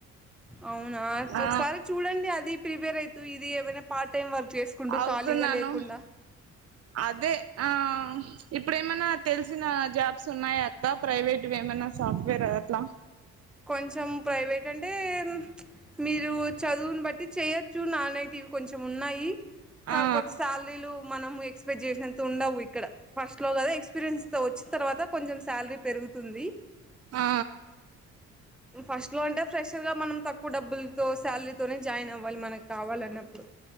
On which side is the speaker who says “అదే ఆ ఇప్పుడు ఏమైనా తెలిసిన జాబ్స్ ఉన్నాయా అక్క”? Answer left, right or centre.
Right